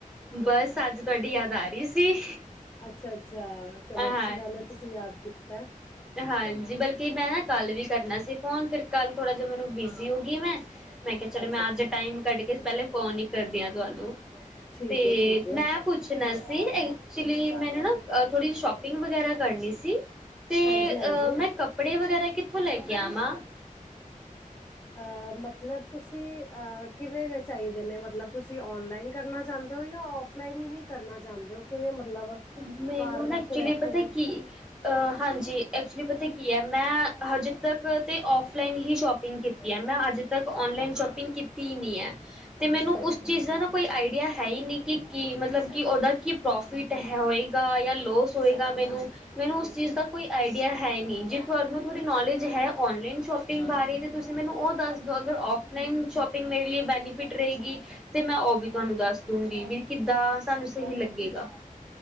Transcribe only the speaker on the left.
ਅੱਛਾ-ਅੱਛਾ, ਚਲੋ
ਅੱਛੀ ਗੱਲ ਐ, ਤੁਸੀਂ ਯਾਦ ਕੀਤਾ।
ਅੱਛਾ
ਅੱਛਾ
ਠੀਕ
ਹੈ ਠੀਕ ਹੈ
ਹਾਂਜੀ
ਹਾਂਜੀ
ਅ ਮਤਲਬ ਤੁਸੀਂ, ਅ ਕਿਵੇਂ ਚਾਹੀਦੇ ਨੇ, ਮਤਲਬ ਤੁਸੀਂ ਔਨਲਾਈਨ ਕਰਨਾ ਚਾਹੁ ਔਫਲਾਈਨ ਹੀ ਕਰਨਾ ਚਾਹੁੰਦੇ ਹੋ, ਕਿਵੇਂ ਮਤਲਬ
ਘਰ ਬੈਠੇ
ਬੈਠੇ
ਅੱਛਾ ਅੱਛਾ